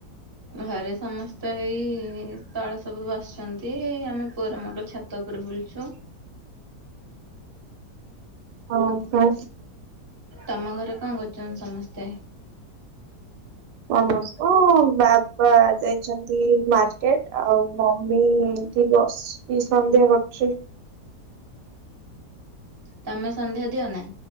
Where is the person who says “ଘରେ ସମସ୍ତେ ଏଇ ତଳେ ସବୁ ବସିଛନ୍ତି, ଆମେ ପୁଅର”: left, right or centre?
Right